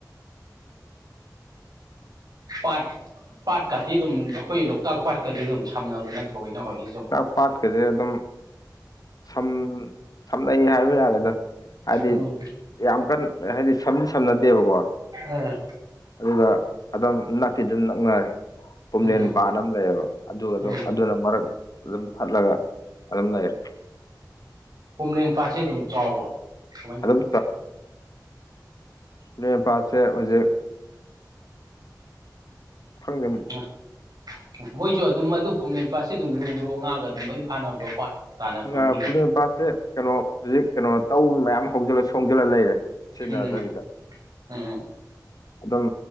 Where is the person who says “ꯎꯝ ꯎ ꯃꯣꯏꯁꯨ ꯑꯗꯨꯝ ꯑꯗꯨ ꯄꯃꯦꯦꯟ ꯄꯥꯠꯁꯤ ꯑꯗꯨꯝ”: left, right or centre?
Right